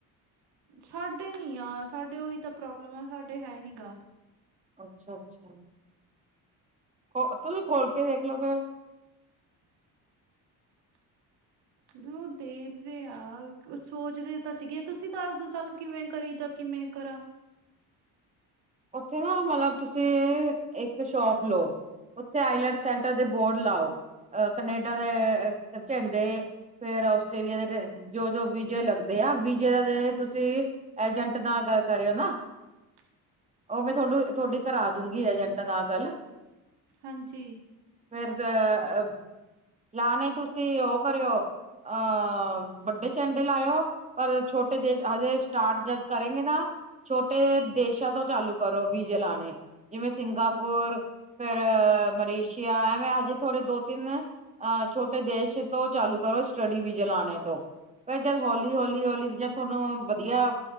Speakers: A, on the right; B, on the right.
A: ਸਾਡੇ ਨੀ ਆ ਸਾਡੇ ਉਹੀ ਤਾਂ ਪ੍ਰੋਬਲਮ ਆ, ਸਾਡੇ ਹੈਨੀ ਗਾ।
B: ਅੱਛਾ, ਅੱਛਾ। ਓ, ਤੁਸੀਂ ਖੋਲ ਕੇ ਦੇਖਲੋ ਫੇਰ
A: <unintelligible> ਉਹ ਦੇਖਦੇ ਆਂ, ਸੋਚਦੇ ਤਾਂ ਸੀਗੇ। 'ਤੁਸੀਂ ਦੱਸਦੋ ਸਾਨੂੰ ਕਿਵੇਂ ਕਰੀਦਾ ਕਿ ਮੇਂ, ਕਰਾਂ।
B: ਉੱਥੇ ਨਾ ਮਤਲਬ ਤੁਸੀਂ ਇੱਕ ਸ਼ੋਪ ਲਓ ਉੱਥੇ ਆਈਲੇਟ ਸੈਂਟਰ ਦੇ ਬੋਰਡ ਲਾਓ। ਅ ਕਨੇਡਾ ਦੇ ਝੰਡੇ ਫੇਰ, ਆਸਟ੍ਰੇਲੀਆ ਦੇ, ਜੋ-ਜੋ ਵਿਜੇ ਲਗਦੇ ਵੀਜੇ ਦਾ ਦੇ ਤੁਸੀ, ਏਜੰਟ ਨਾਲ ਗੱਲ ਕਰਿਓ ਨਾ।
A: <unintelligible>
B: ਉਹ ''ਮੈਂ ਥੋਨੂੰ, ਥੋਡੀ ਕਰਰਾ ਦੂਗੀ ਏਜੰਟ ਨਾਲ ਗੱਲ।
A: ਹਾਂਜੀ।
B: ਫਿਰ ਜ ਲਾਣੇ ਤੁਸੀਂ ਉਹ ਕਰਿਓ ਅਹ ਵੱਡੇ ਚੰਡੇ ਲਾਇਓ ਪਰ, ਛੋਟੇ ਦੇਸ਼ ਹਜੇ ਸਟਾਰਟ ਜਦ ਕਰੇਂਗੇ ਨਾ ਛੋਟੇ ਦੇਸ਼ਾਂ ਤੋਂ ਚਾਲੂ ਕਰੋ ਵੀਜ਼ੇ ਲਾਣੇ, ਜਿਵੇਂ, ਸਿੰਗਾਪੁਰ ਫੇਰ, ਮਲੇਸ਼ੀਆ ਆ ਐਮੇਂ ਹਜੇ ਥੋੜੇ ਦੋ- ਤਿੰਨ ਅ ਛੋਟੇ ਦੇਸ਼ ਤੋਂ ਚਾਲੂ ਕਰੋ ਸਟੱਡੀ ਵੀਜੇ ਚਲਾਣੇ ਤੋਂ ਫ ਜਦ ਹੋਲੀ- ਹੌਲੀ-ਹੋਲੀ, ਜਦ ਤੁਹਾਨੂੰ ਵਧੀਆ